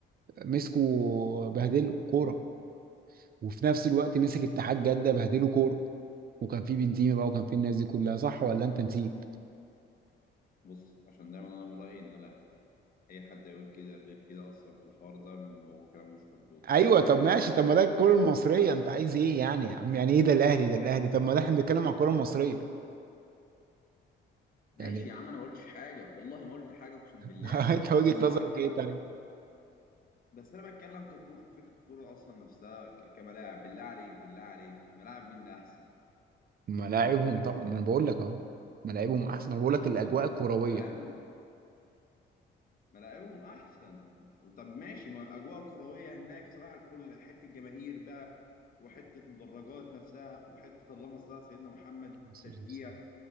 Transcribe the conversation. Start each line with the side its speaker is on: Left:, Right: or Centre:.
Right: مسكوا بهدله كوره وفي نفس الوقت مسك اتحاد جده بهدله كوره وكان في بنزيما بقى وكان في الناس دي كلها صح ولا انت نسيت
Left: بص عشان دايما أنا من رأيي إن ده الأهلي اي حد يقول كده غير كده اصلا في الحوار ده م- هو كلامه مش مظبوط
Right: ايوه طب
Left: انت
Right: ماشي طب ما ده
Left: صح
Right: الكوره المصريه انت عايز ايه يعني يا عم يعني ايه ده الاهلي ده الاهلي طب ما ده احنا بنتكلم على الكوره المصريه
Left: ماشي
Right: يعني
Left: يا عم انا ما قلتش حاجه والله ما قلت حاجه اقسم بالله
Right: <laughs> انت وجهه
Left: بس
Right: نظرك
Left: انا بتكلم
Right: ايه طيب
Left: في بس انا بتكلم ككوره فكر الكوره اصلا نفسها ك- كملاعب بالله عليك بالله عليك ملاعب مين اللي احسن
Right: ملاعبهم طبعا ما انا بقول لك اهو ملاعبهم احسن انا بقول لك الاجواء
Left: اهو
Right: الكرويه
Left: ملاعبهم ملاعبهم احسن طب ماشي ما الاجواء الكرويه هناك صباح الفل حته جماهير بقى وحته مدرجات نفسها وحته اللهم صل على سيدنا محمد
Right: <laughs>
Left: التشجيع